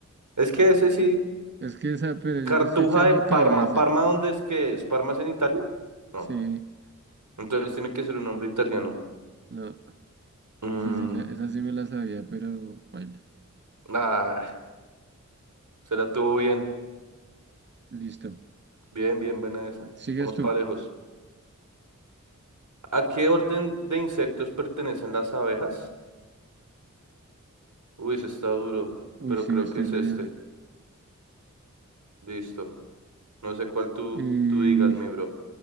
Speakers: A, on the right (about 75°); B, on the right (about 35°).
A: Es que ese sí.
B: Es que esa, pero yo
A: Cartuja
B: le estoy echando
A: de Parma.
B: cabeza.
A: ¿Parma dónde es que es? ¿Parma es en Italia? No.
B: Sí,
A: Entonces tiene que ser un nombre italiano.
B: no.
A: Mm,
B: Esa sí, la- esa sí me la sabía, pero baila.
A: ah, se la tuvo bien.
B: Listo.
A: Bien, bien, buena esa.
B: Sigues
A: Vamos
B: tú.
A: parejos. ¿A qué orden de insectos pertenecen las abejas? Uy, ese está duro,
B: Uy,
A: pero
B: sí,
A: creo
B: estoy
A: que es
B: leyendo.
A: este. Listo. No sé cuál tú,
B: Y
A: tú digas, mi bro.